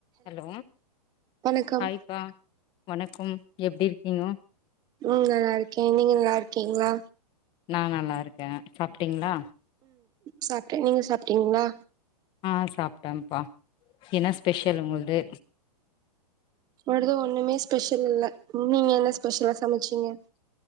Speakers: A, on the left (about 25°); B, on the right (about 20°).
A: Hello
B: வணக்கம்
A: ஹாய்ப்பா வணக் கம் எப்டி இருக்கீங்கோ
B: ம் நல்லா இருக்கே நீங்க நல்லா இருக்கீங்ளா
A: நா நல்லா இருக்க சாப்டீங்ளா
B: சாப்ட்ட நீங்க சாப்ட்டீங்ளா
A: ஆ சாப்ட்டம்ப்பா என்ன ஸ்பெஷல் உங்கள்து
B: னோடது ஒண்ணுமே ஸ்பெஷல் இல்ல நீங்க என்ன ஸ்பெஷலா சமச்சீங்க